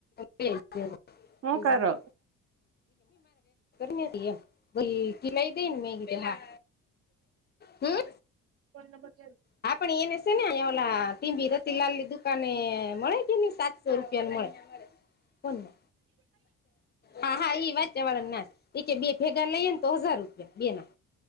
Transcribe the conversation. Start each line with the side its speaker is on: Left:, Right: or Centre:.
Left: બીજાને
Right: હું કરો
Left: <inaudible> બોલી કે લઈ ગઈ ને મેં કીધું હા. હમ્મ.
Right: ફોન નંબર કી આઈ.
Left: હા પણ એનેશે ને ઓલા ત ભીરતી લાલ લીધું કાને મળે કે નહી સાતસો રૂપિયાને મળે કોન ને. હા હા એઈ વાત્યા વાળ ના. એ બે ભેગા લઈએ ને તો હજાર રૂપિયા બે ના.